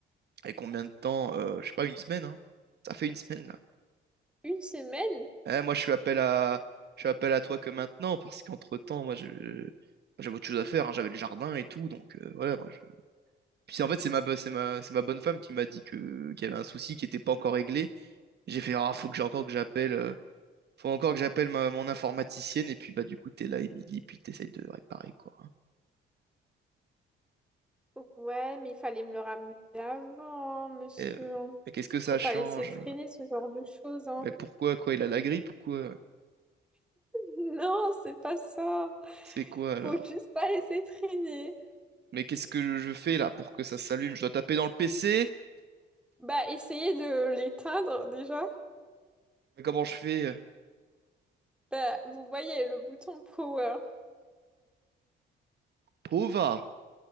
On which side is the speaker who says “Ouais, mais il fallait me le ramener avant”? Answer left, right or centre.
Centre